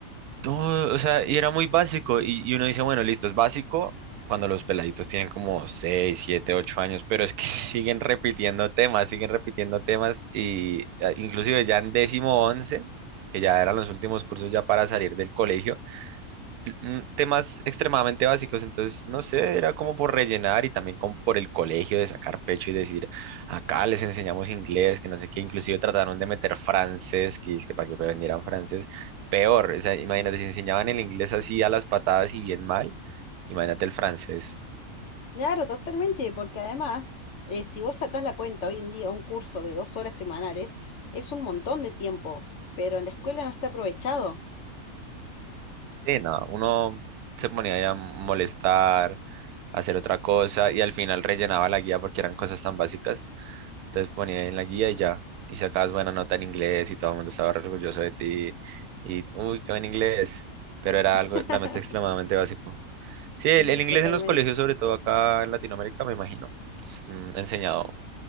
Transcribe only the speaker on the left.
Claro, totalmente, porque además, eh, si vos sacás la cuenta hoy en día, un curso de dos horas semanales es un montón de tiempo, pero en la escuela no está aprovechado.
<laughs>
Sí,
totalmente.